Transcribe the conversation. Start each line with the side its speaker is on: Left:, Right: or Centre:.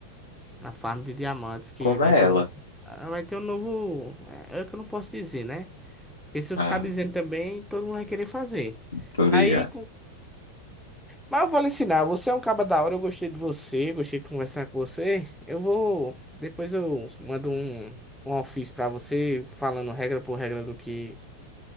Centre: na farm de diamantes, que
Left: como
Centre: vai
Left: é
Centre: ter
Left: ela?
Centre: um. ah, Vai ter um novo. É, é que eu não posso dizer, né? Porque se eu
Left: Ah,
Centre: ficar dizendo também, todo mundo vai querer fazer.
Left: tô
Centre: Aí.
Left: ligado.
Centre: com- Mas eu vou lhe ensinar. Você é um caba da hora, eu gostei de você, gostei de conversar com você. Eu vou. Depois eu mando um, um ofício pra você, falando regra por regra do que,